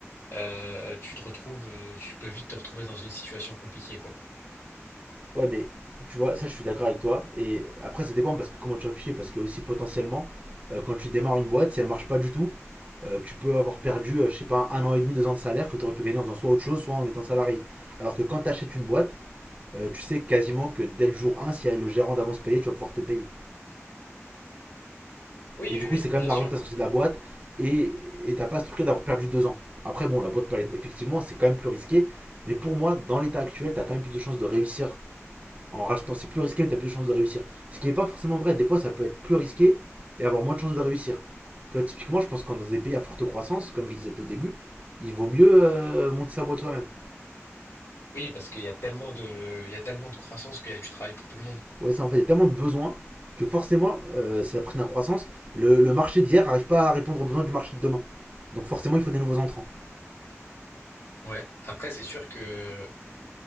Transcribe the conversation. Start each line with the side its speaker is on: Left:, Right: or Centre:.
Left: Euh, tu te retrouves, euh, tu peux vite te retrouver dans une situation compliquée, quoi.
Right: Ouais, mais tu vois, ça je suis d'accord avec toi. Et après, ça dépend parce que comment tu réfléchis. Parce que aussi potentiellement, euh, quand tu démarres une boîte, si elle marche pas du tout, euh, tu peux avoir perdu, euh, je sais pas, un an et demi, deux ans de salaire que tu aurais pu gagner en faisant soit autre chose, soit en étant salarié. Alors que quand tu achètes une boîte, euh, tu sais quasiment que dès le jour un si elle a le gérant d'avance payé, tu vas pouvoir te payer.
Left: Oui,
Right: Et
Left: oui,
Right: du
Left: oui,
Right: coup, c'est quand
Left: bien
Right: même de
Left: sûr.
Right: l'argent que tu as sorti de la boîte et et t'as pas ce truc-là d'avoir perdu deux ans. Après, bon, la boîte, peut aller- effectivement, c'est quand même plus risqué. Mais pour moi, dans l'état actuel, tu as quand même plus de chances de réussir en rachetant c'est plus risqué, t'as plus de chances de réussir. Ce qui n'est pas forcément vrai, des fois ça peut être plus risqué et avoir moins de chances de réussir. Tu vois, typiquement, je pense que dans des pays à forte croissance, comme je disais au début, il vaut mieux euh, monter sa boîte soi-même.
Left: Oui, parce qu'il y a tellement de, il y a tellement de croissance qu'il y a du travail pour tout le monde.
Right: Ouais, ça en fait, il y a tellement de besoins que forcément, euh, c'est la prise de la croissance, le, le marché d'hier n'arrive pas à répondre aux besoins du marché de demain. Donc forcément, il faut des nouveaux entrants.
Left: Ouais. Après, c'est sûr que,